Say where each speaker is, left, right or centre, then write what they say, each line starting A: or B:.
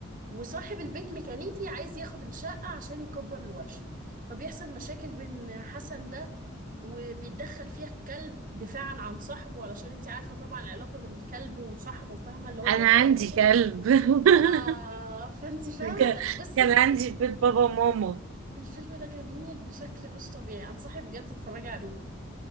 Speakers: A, on the right (about 45°); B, on the right (about 75°).
A: وصاحب البيت ميكانيكي عايز ياخد الشقه عشان يكبر الورشه فبيحصل مشاكل بين حسن ده وبيتدخل فيها الكلب دفاعا عن صاحبه علشان انت عارفة طبعا العلاقة بين الكلب وصاحبه فاهمة اللي هو
B: انا
A: الوفاء
B: عندي
A: وكده
B: كلب <laughs>
A: اه فانت فاهمة
B: ك-
A: بصي
B: كان عندي في بيت بابا وماما
A: الفيلم ده جميل بشكل مش طبيعي انصحك بجد تتفرجي عليه